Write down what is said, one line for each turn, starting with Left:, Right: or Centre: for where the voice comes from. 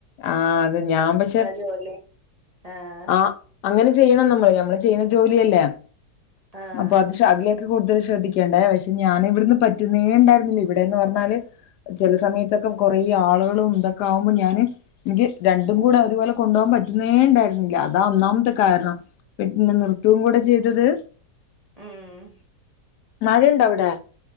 Left: ആഹ് അത് ഞാൻ പക്ഷെ.
Right: ജോലി. ആഹ്.
Left: ആ അങ്ങനെ ചെയ്യണം നമ്മള് ഞമ്മള് ചെയ്യുന്ന ജോലിയല്ലേ
Right: ആഹ്
Left: അപ്പ അത് പക്ഷെ അതിലൊക്കെ കൂടുതൽ ശ്രദ്ധിക്കേണ്ടേ പക്ഷെ ഞാനിവിടുന്ന് പറ്റുന്നേ ഉണ്ടായിരുന്നില്ല ഇവിടെന്ന് പറഞ്ഞാല്. ചില സമയത്തൊക്കെ കൊറെ ആളുകളും ഇതൊക്കെ ആകുമ്പോ ഞാന്. എനിക്ക് രണ്ടും കൂടെ ഒരുപോലെ കൊണ്ടോകാൻ പറ്റുന്നേ ഉണ്ടായിരുന്നില്ല. അതാ ഒന്നാമത്തെ കാരണം പി പിന്നെ നിർത്തുംകൂടെ ചെയ്തത്.
Right: ഉം.
Left: മഴയുണ്ടോ അവിടെ?